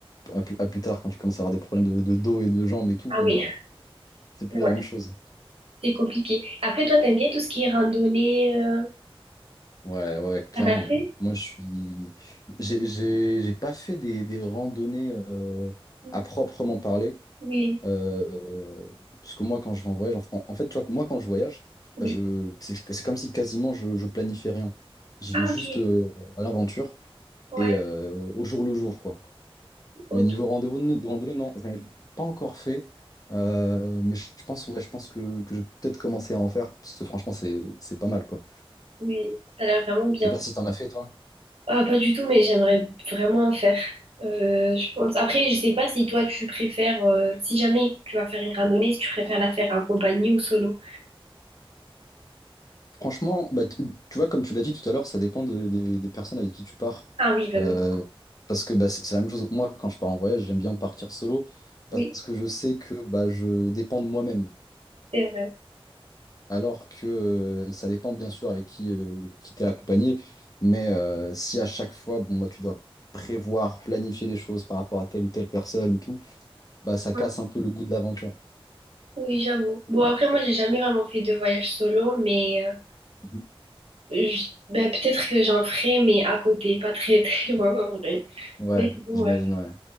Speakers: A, on the left; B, on the right.
A: à plus, à plus tard, quand tu commences à avoir des problèmes de, de dos et de jambes et tout,
B: Ah
A: bon
B: oui.
A: bah, c'est plus
B: Ouais,
A: la même chose.
B: c'est compliqué. Après, toi, t'aimes bien tout ce qui est randonnée, euh,
A: Ouais, ouais, ouais, clairement.
B: t'en as fait?
A: Moi, je suis. J'ai j'ai- j'ai pas fait des, des randonnées euh,
B: Mhm.
A: à proprement parler.
B: Oui,
A: euh, parce que moi, quand je vais en voyage, en, en fait, tu vois, moi, quand je voyage,
B: oui.
A: bah, je, c'est c'est comme si quasiment je, je planifiais rien. J'y
B: Ah,
A: vais juste
B: ok.
A: euh, à l'aventure
B: Ouais,
A: et euh, au jour le jour, quoi.
B: ok.
A: Mais niveau rendez-vous de randonnée, non, j'en ai pas encore fait. Euh, mais je je pense, ouais, je pense que, que je vais peut-être commencer à en faire, parce que franchement, c'est, c'est pas mal, quoi.
B: Oui, ça a l'air vraiment bien.
A: Je sais pas si t'en as fait, toi.
B: Ah, pas du tout, mais j'aimerais vraiment en faire. Euh, je pense. Après, je sais pas si toi, tu préfères, euh, si jamais tu vas faire une randonnée, si tu préfères la faire en compagnie ou solo.
A: Franchement, bah, t- tu vois, comme tu l'as dit tout à l'heure, ça dépend de- des des personnes avec qui tu pars.
B: Ah oui, bah
A: Euh,
B: oui.
A: parce que bah, c'est c'est la même chose. Moi, quand je pars en voyage, j'aime bien partir solo
B: Oui,
A: parce que je sais que bah, je dépends de moi-même.
B: c'est vrai.
A: Alors que euh, ça dépend bien sûr avec qui, euh, qui t'es accompagné, mais euh, si à chaque fois, bon, bah, tu dois prévoir, planifier des choses par rapport à telle ou telle personne et tout, bah,
B: Hein
A: ça casse un peu le goût de l'aventure.
B: Oui, j'avoue. Bon, après, moi, j'ai jamais vraiment fait de voyage solo, mais euh,
A: Mhm.
B: Je- ben, peut-être que j'en ferai, mais à côté, pas très <laughs> très loin en vrai.
A: Ouais,
B: Mais sinon,
A: j'imagine,
B: ouais.
A: ouais.